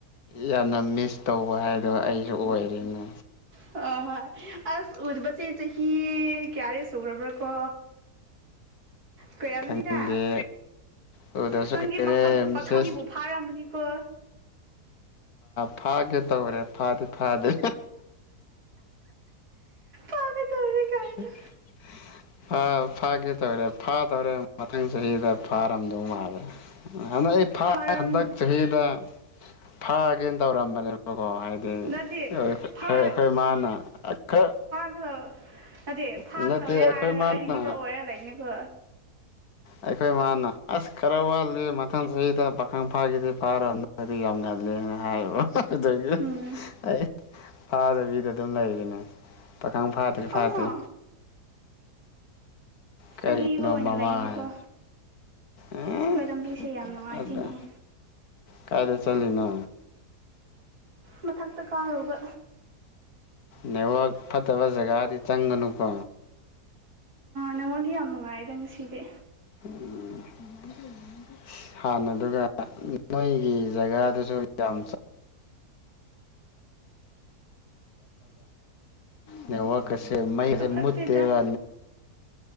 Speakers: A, on the left; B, on the right.
A: ꯌꯥꯝꯅ ꯃꯤꯁ ꯇꯧꯕ ꯍꯥꯏꯗꯣ ꯑꯩꯁꯨ ꯑꯣꯏꯔꯦꯅꯦ
B: ꯍꯣꯢ ꯍꯣꯏ ꯑꯁ ꯎꯕꯁꯤ ꯆꯥꯍꯤ ꯀꯌꯥꯗꯤ ꯁꯨꯒ꯭ꯔꯕ ꯀꯣ ꯀꯣꯏꯔꯝꯃꯅꯤꯗ
A: ꯈꯪꯗꯦ ꯎꯗꯕꯁꯨ
B: ꯅꯪꯒꯤ
A: ꯀꯨꯏꯔꯦ
B: ꯄꯥꯈꯪ
A: ꯃꯦꯁꯦꯁ
B: ꯄꯥꯈꯪꯕꯨ ꯐꯥꯔꯝꯃꯅꯤꯀꯣ
A: ꯐꯥꯒꯦ ꯇꯧꯔꯦ ꯐꯥꯗꯤ ꯐꯥꯗ꯭ꯔꯤ
B: ꯐꯥꯒꯗꯧꯔꯦ ꯀꯥꯏꯅ
A: ꯎꯝ <inaudible> ꯥ ꯐꯥꯒꯦ ꯇꯧꯔꯦ ꯐꯥ ꯗꯧꯔꯦ ꯃꯊꯪ ꯆꯍꯤꯗ ꯐꯥꯔꯝꯗꯧ ꯃꯥꯜꯂꯦ ꯍꯟꯗꯛ ꯑꯩꯥ
B: ꯐꯥꯔꯝ
A: ꯍꯟꯗꯛ ꯆꯍꯤꯗ ꯐꯥꯒꯦꯅ ꯇꯧꯔꯝꯕꯅꯦ ꯀꯣ ꯍꯥꯏꯗꯤ
B: ꯅꯠꯇꯦ
A: ꯑꯩꯈꯣꯏ
B: ꯐꯥ
A: ꯃꯥꯅ ꯈꯔ
B: ꯍꯥꯏꯗꯤ ꯐꯥꯒꯗꯧꯔꯦ
A: ꯅꯠꯇꯦ ꯑꯩꯈꯣꯏ
B: ꯍꯥꯏꯔꯒ
A: ꯃꯥꯅ
B: ꯑꯔꯤꯕ ꯑꯣꯏꯔ ꯂꯩꯅꯤꯀꯣ
A: ꯑꯩꯈꯣꯏ ꯃꯥꯅ ꯑꯁ ꯈꯔ ꯋꯥꯠꯂꯤ ꯃꯊꯪ ꯆꯍꯤꯗ ꯄꯥꯈꯪ ꯐꯥꯒꯦꯗꯤ ꯐꯥꯔꯣ ꯈꯔꯗꯤ ꯌꯥꯝ ꯉꯜꯂꯦꯅ ꯍꯥꯏꯌꯦꯕ ꯑꯗꯨ
B: ꯎꯝ
A: ꯑꯩ ꯐꯥꯗꯕꯤꯗ ꯑꯗꯨꯝ ꯂꯩꯔꯤꯅꯦ ꯄꯥꯈꯪ ꯐꯥꯗ꯭ꯔꯤ ꯐꯥꯗ꯭ꯔꯤ
B: ꯑꯃ
A: ꯀꯔꯤꯅꯣ
B: ꯑꯔꯤꯕ ꯑꯣꯏꯅ
A: ꯃꯃꯥꯏ
B: ꯂꯩꯅꯤꯀꯣ
A: ꯑꯝ
B: ꯁꯤ ꯈꯣꯏ ꯂꯝꯕꯤꯁꯦ ꯌꯥꯝ ꯅꯨꯡꯉꯥꯏꯇꯦꯅꯦꯍꯦ
A: ꯑꯗꯥ ꯀꯥꯏꯗ ꯆꯠꯂꯤꯅꯣ
B: ꯃꯊꯛꯇ ꯀꯥꯔꯨꯕ
A: ꯅꯦꯠꯋꯥꯛ ꯐꯠꯇꯕ ꯖꯒꯥꯗꯤ ꯆꯪꯒꯅꯨꯀꯣ
B: ꯅꯦꯠꯋꯥꯛ ꯌꯥꯝ ꯅꯨꯡꯉꯥꯏꯌꯦꯗ ꯉꯁꯤꯗꯤ
A: ꯎꯝ <inaudible> ꯍꯥꯟꯅ ꯑꯗꯨꯒ ꯅꯣꯏꯒꯤ ꯖꯒꯥꯗꯨꯁꯨ ꯌꯥꯝ ꯅꯦꯠꯋꯥꯛꯒꯁꯦ ꯃꯩꯁꯦ
B: ꯆꯥꯎꯈꯠꯇꯦꯗ
A: ꯃꯨꯠꯇꯦꯕ